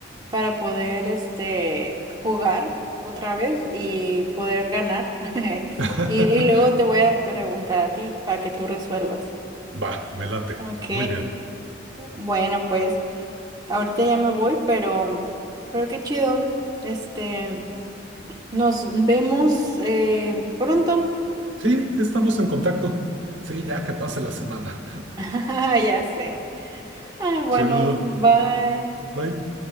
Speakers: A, on the right; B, on the right.
A: para poder este jugar otra vez y poder ganar. <laughs>
B: <laughs>
A: Y, y luego te voy a preguntar a ti para que tú resuelvas.
B: Va, me late.
A: Ok.
B: Muy bien.
A: Bueno, pues ahorita ya me voy, pero, pero qué chido. Este, nos vemos eh, pronto.
B: Sí, estamos en contacto. Sí, ya que pase la semana.
A: <laughs> Ya sé. Ah, bueno,
B: <laughs> Chido.
A: bye.
B: Bye.